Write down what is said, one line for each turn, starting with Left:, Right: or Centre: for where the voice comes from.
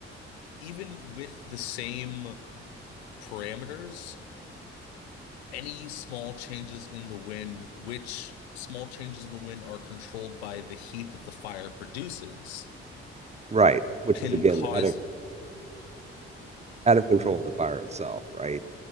Left: even with the same parameters, any small changes in the wind, which small changes in the wind are controlled by the heat that the fire produces
Right: right, which
Left: can
Right: is again
Left: cause,
Right: out of out of control of the fire itself, right?